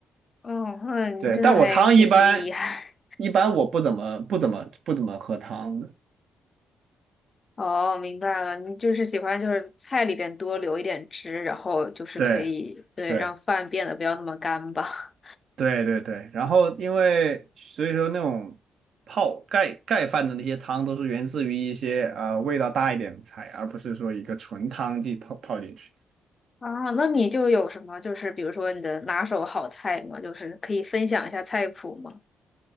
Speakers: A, on the left; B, on the right.
A: 哦，那你真的还挺厉害。
B: 对。但我汤一般一般我不怎么不怎么不怎么喝汤的，
A: <laughs> 哦，明白了，你就是喜欢就是菜里边多留一点汁，然后就是可以，
B: 对。
A: 对，
B: 对
A: 让饭变得不要那么干吧。
B: 对对对，然后因为所以说那种泡盖盖饭的那些汤都是源自于一些呃味道大一点的菜，而不是说一个纯汤地泡泡进去
A: <laughs> 啊，那你就有什么就是比如说你的拿手好菜吗？就是可以分享一下菜谱吗？